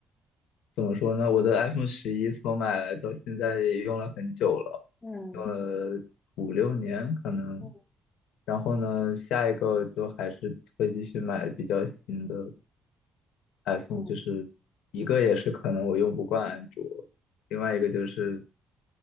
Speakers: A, on the left; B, on the left.
A: 怎么说呢？我的 iPhone 十一从买来到现在也用了很久了，
B: 嗯
A: 用了五六年可能。
B: 嗯
A: 然后呢，下一个就还是会继续买比较新的 iPhone，
B: 嗯
A: 就是一个也是可能我用不惯安卓，另外一个就是